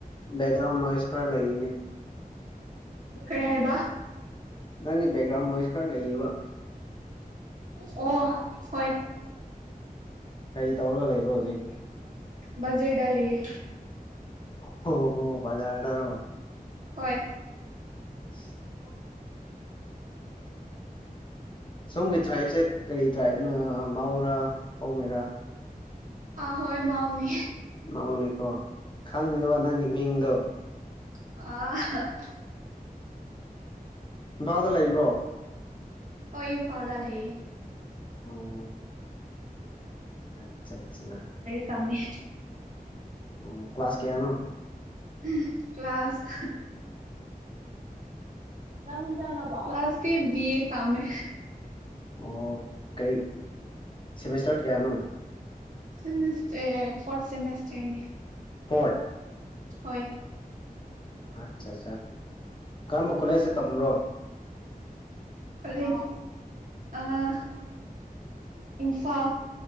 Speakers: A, on the left (about 30°); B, on the right (about 55°).
A: ꯕꯦꯛꯒ꯭ꯔꯥꯎꯟ ꯅꯣꯏꯁ ꯈꯔ ꯂꯩꯅꯦ
B: ꯀꯩ ꯍꯥꯏꯕ
A: ꯅꯪꯒꯤ ꯕꯦꯛꯒ꯭ꯔꯥꯎꯟ ꯅꯣꯏꯁ ꯈꯔ ꯂꯩꯌꯦꯕ
B: ꯑꯣ ꯍꯣꯏ
A: ꯀꯔꯤ ꯇꯧꯔꯒ ꯂꯩꯕꯅꯣ ꯍꯧꯖꯤꯛ
B: ꯕꯖ꯭ꯔꯥꯗ ꯂꯤꯌꯦ
A: ꯍ ꯍꯣ ꯃꯖ ꯍꯥꯏꯗꯔꯣ
B: ꯍꯣꯏ
A: <inaudible>
B: ꯑꯣ
A: ꯁꯣꯝꯒꯤ ꯇ꯭ꯔꯥꯏꯞꯁꯦ ꯀꯔꯤ ꯇ꯭ꯔꯥꯏꯕꯅꯣ ꯃꯥꯎꯔꯥ ꯕꯧꯃꯩꯔꯥ
B: ꯑ ꯍꯣꯏ ꯃꯥꯎꯅꯦ
A: ꯃꯥꯧꯅꯤꯀꯣ ꯈꯪꯉꯕ ꯅꯪꯒꯤ ꯃꯤꯡꯗꯣ
B: ꯑ
A: ꯏꯝꯐꯥꯜꯗ ꯂꯩꯕ꯭ꯔꯣ
B: ꯍꯣꯏ ꯏꯝꯐꯥꯜꯗ ꯂꯩꯌꯦ
A: ꯎꯝ ꯑꯆꯥ ꯆꯥ
B: ꯇꯝꯃꯤ
A: ꯑꯣ ꯀ꯭ꯂꯥꯁ ꯀꯌꯥꯅ
B: ꯀ꯭ꯂ ꯀ꯭ꯂꯥꯁ ꯅꯪꯖꯉꯦ ꯕꯤ ꯑꯦ ꯇꯃꯦ
A: ꯑꯣ ꯀꯩ ꯁꯦꯃꯤꯁꯇꯔ ꯀꯌꯥꯅꯣ
B: ꯁꯦꯃꯦꯁꯇꯔ ꯐꯣꯔꯊ ꯁꯦꯃꯦꯁꯇꯔꯅꯤ
A: ꯐꯣꯔꯠ
B: ꯍꯣꯏ
A: ꯑꯠꯆꯥ ꯑꯠꯆꯥꯆꯥ ꯀꯔꯝꯕ ꯈꯨꯠꯂꯩꯁꯦ ꯇ꯭ꯔꯣ
B: ꯑꯂꯦ ꯑ ꯏꯟꯐꯥ